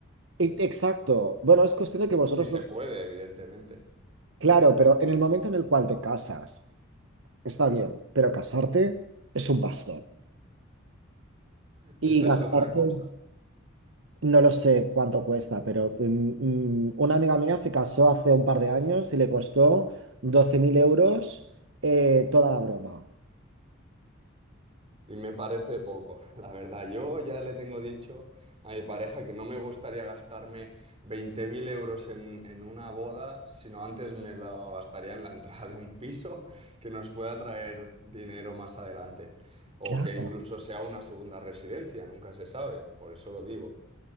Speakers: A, on the right; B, on the right.
A: E- Exacto. Bueno, es cuestión de que vosotros
B: Si se
A: no...
B: puede, evidentemente.
A: Claro, pero en el momento en el cual te casas, está bien, pero casarte es un bastón. Y
B: Esa
A: gastarte,
B: es otra cosa.
A: no lo sé cuánto cuesta, pero mm, mm, una amiga mía se casó hace un par de años y le costó doce mil euros eh, toda la broma.
B: Y me parece poco, <laughs> la verdad. Yo ya le tengo dicho a mi pareja que no me gustaría gastarme 20.000 euros en, en una boda, sino antes me lo gastaría en la entrada de un piso <laughs> que nos pueda traer dinero más adelante. O
A: Claro.
B: que incluso sea una segunda residencia, nunca se sabe, por eso lo digo.